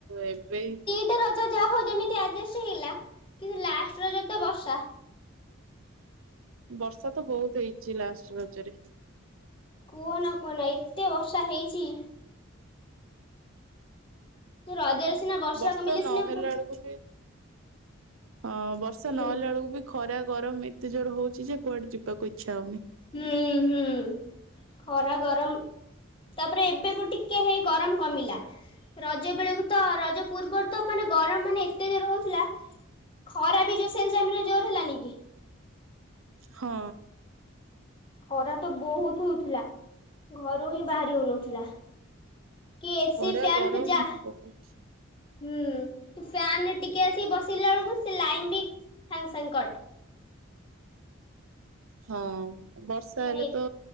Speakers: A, on the right (about 80°); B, on the left (about 25°).
A: ଏବେ ଇ।
B: ଗୋଟେ ରଜ ଯାହା ହଉ ଯେମିତି ଆଡଜଷ୍ଟ ହେଇଗଲା କିନ୍ତୁ ଲାଷ୍ଟ ରଜ ତ ବର୍ଷା।
A: ବର୍ଷା ତ ବହୁତ ହେଇଛି ଲାଷ୍ଟ ରଜରେ।
B: କୁହନା କୁହନା ଏତେ ବର୍ଷା ହେଇଛି। ତୁ ରଜରେ ସିନା
A: ବର୍ଷା
B: କମିଲେ
A: ନହେଲା
B: ସିନା କୁହ
A: ବେଳକୁ ବି ହଁ ବର୍ଷା
B: ହୁଁ
A: ନହେଲା ବେଳକୁ ବି। ଖରା ଗରମ ଏତେ ଜୋର ହଉଛି ଯେ କୁଆଡେ ଯିବାକୁ ଇଚ୍ଛା ହଉନି।
B: ହୁଁ ହୁଁ ଖରା ଗରମ। ତାପରେ ଏବେକୁ ଟିକେ ହେଇ ଗରମ କମିଲା। ରଜ ବେଳକୁ ତ ରଜ ପୂର୍ବରୁ ତ ମାନେ ଗରମ ମାନେ ଏତେ ଜୋର ହଉଥିଲା। ଖରା ବି ଯୋଉ ସେ ଟାଇମି ରେ ଜୋର ହେଲାନି କି।
A: ହଁ।
B: ଖରା ତ ବହୁତ ହଉଥିଲା ଘରୁ ହିଁ ବାହାରି ହଉନଥିଲା। କି ଏସି,
A: ଖରା
B: ଫ୍ୟାନ
A: ଗରମ
B: ତୁ ଯା।
A: ବହୁତ
B: ହୁଁ ଫ୍ୟାନ ରେ ଟିକେ ଆସି ବସିଲା ବେଳକୁ ସେ ଲାଇନ ବି ସାଙ୍ଗ ସାଙ୍ଗ କଟ।
A: ହଁ ବର୍ଷା
B: ମାନେ
A: ହେଲେ ତ